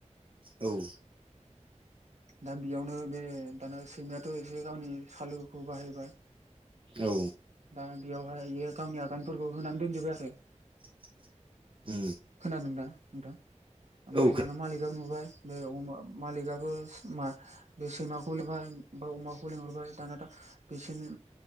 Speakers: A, on the right; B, on the right.
A: औ
B: दा बेयावनो बे दाना सैमायाथ' एसे गावनि सालुखौ बाहायबाय
A: औ
B: दा बेयावहाययो गावनि आगानफोरखौ होनानै दोनजोबबाय आरो
A: <inaudible>
B: खोनादोंंदा नोंथां ओमफ्राय
A: औ उम
B: दाना मालिकआ नुबाय बे मालिकआबो बे सैमाखौ लिरबाय बा अमाखौ लेंंहरबाय दाना बिसोरनि